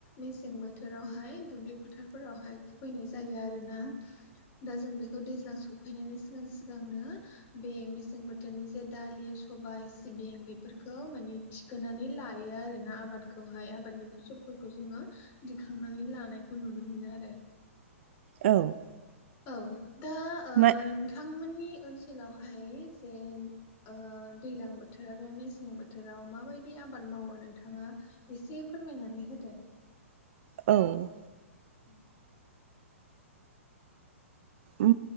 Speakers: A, on the left; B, on the right.
A: मेसें बोथोरावहाय दुब्लि फोथारफोरावहाय खुबैनाय जायो आरोना दा जों बेखौ दैज्लां सफैनानै सिगां सिगांनो बे मेसें बोथोरनि जे दालि सबाय, सिबिं बेफोरखौ मानि थिखोनानै लायो आरोना आबादखौहाय आबादनि फसलफोरखौ जोङो दिखांनानै लानायखौ नुनो मोनो आरो
B: औ
A: औ दा ओ
B: मा
A: नोंथांमोननि ओनसोलावहाय जे ओ दैलां बोथोर आरो मेसें बोथोराव माबायदि आबाद मावो नोंथाङा एसे फोरमायनानै होदो
B: औ
A: उम
B: उ